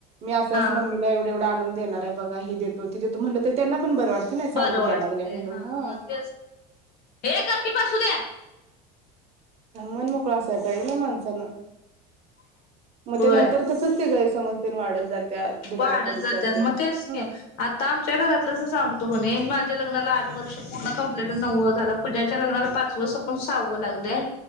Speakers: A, on the right (about 35°); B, on the left (about 60°).
A: मी असाच
B: हा
A: मम्मीला एवढ एवढ आणून देणार आहे बघा ही देतो ती देतो म्हटलं तरी त्यांना पण बर वाटते नाही सांगून
B: बरं वाटतंय
A: द्या लागल्या म्हणून
B: हा
A: ह
B: मग तेच हे गप की बसू दे
A: मन मोकळा असाय पाहिजे ना माणसाांनं मग
B: होय
A: त्या नंतर तसच ते गैरसमजते वाढत जात्यात दुरावा
B: वाढत
A: पडत
B: जात
A: जातोय
B: मग तेच
A: हा
B: आता आमच्या घरातलंच सांगतो म्हणे मा लग्नाला आठ वर्ष पूर्ण कंप्लीट नवव झालं प पुजाच्या लग्ला पाचव सपून सहावं लागलय